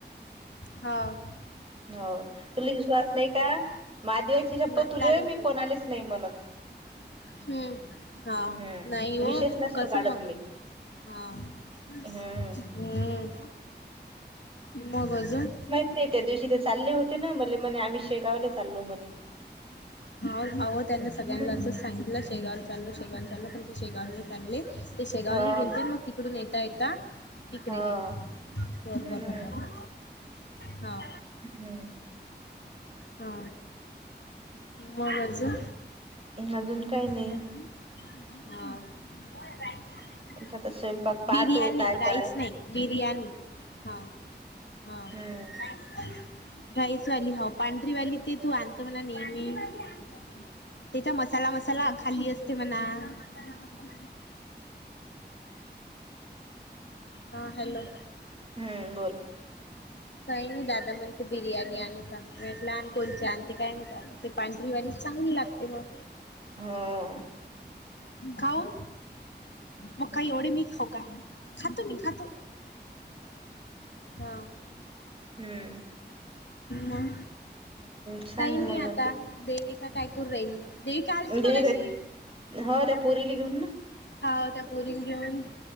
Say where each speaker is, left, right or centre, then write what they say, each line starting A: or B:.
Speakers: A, on the left (about 80°); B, on the right (about 30°).
A: हं.
B: हो तुला विश्वास नाही का? महादेवाची शपथ
A: नाही
B: तुले
A: दादाला
B: मी
A: फोन
B: कोणालेच
A: लाव
B: नाही म्हणत.
A: हम्म हा
B: हम्म
A: नाही हो
B: विषयच नसतो
A: कसं
B: काढत
A: मग
B: मी.
A: हा हम्
B: हम्म
A: मग अजून
B: हे त्या दिवशी ते चालले होते ना मले म्ह मणे आम्ही शेगाव चालो म्हणे
A: अहो अहो त्यांना सगळ्यांना
B: हम्म
A: असंच सांगितलं शेगाव चाललो शेगावला चालो पण ते शेगावला नाही चालले. ते शेगावली
B: हा
A: गेलते मग तिकडून येता येता ते तिकडे
B: हा
A: गेली कोरगावखला
B: हम्म.
A: हां
B: हम्म
A: हा मग अजून
B: अजून काही नाही
A: हयात हं <unintelligible>
B: आता तर स्वयंपाक पाहतो
A: बिर्याणी
B: काय
A: राईस
B: कराय
A: नाही बिर्याणी ह ह
B: हम्म
A: राईसवाली राईसवाली हाऊ पांढरीवाली ते तू आणत मणा नेहमी पांढरीवाली आणतो तू तेथ मसाला मसाला खाली असते म्हणा. <unintelligible> मसाला खाली असते. हा हॅलो.
B: हम्म बोल.
A: काही नाही दादा म्हणते बिर्याणी आणू का? मी म्हटलं आन कोणची आणते काय माहित आता ते पांढरीवाली चांगली लागते मग
B: हं.
A: खाऊन मग काही एवढे मी खाऊ काय खातो मी खातो. हां.
B: हम्म.
A: म
B: सांग
A: काही नाही
B: मग
A: आता
B: अजून
A: देविका काय करून राहिली. देविका आलती मगाशी
B: देवे हं त्या पोरीली घेऊन ना.
A: हा त्या पोरील घेऊन